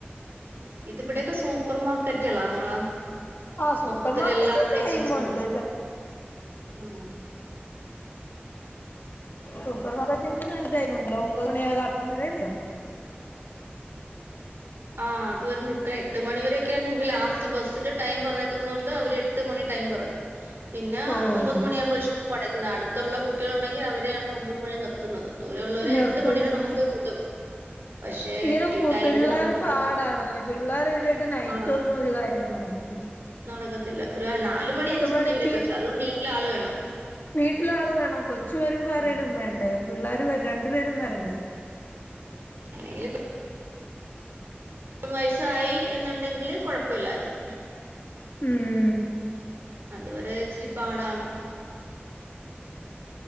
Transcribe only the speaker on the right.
ഇത് ഇവിടെയൊക്കെ സൂപ്പർ മാർ ക്കറ്റളാ നമ്മളാ
മൊത്തത്തിലെല്ലാ
ഐറ്റംസും ഉണ്ട്. ഉം ഉം
ആഹ് അതുവരെ നിക്ക എട്ട് മണി വരൊക്കെയാണ് നമുക്ക് ലാസ്റ്റ് ബസ്സിന്റെ ടൈം പറഞ്ഞേക്കുന്നത് കൊണ്ട് അവര് എട്ട് മണി ടൈം പറഞ്ഞു. പിന്നെ
ഒമ്പത് മണിയാകുമ്പോൾ ഷോപ്പ് അടയ്ക്കുന്ന അടുത്തുള്ള കുട്ടികളുണ്ടെങ്കിൽ അവരെയാണ് ഒമ്പത് മണി നിർ ത്തുന്നത്. ദൂരെയുള്ളവരെ
എട്ട് മണിയരെ നമുക്ക് <unintelligible> പക്ഷേ
ഈ
ടൈമില്
നമുക്ക്
ആഹ്
നടക്കത്തില്ല ഒരു നാല് മണി അഞ്ച്
മണി വരെക്കെ പക്ഷെ അതും വീട്ടിലാള് വേണം.
ഉം.
അല്ലെങ്കിൽപ്പ മൂന്ന് വയസായി എന്നുണ്ടെങ്കില് കുഴപ്പല്ലായിരുന്നു.
അത്‌വരെ ഇച്ചിരി പാടാണ്.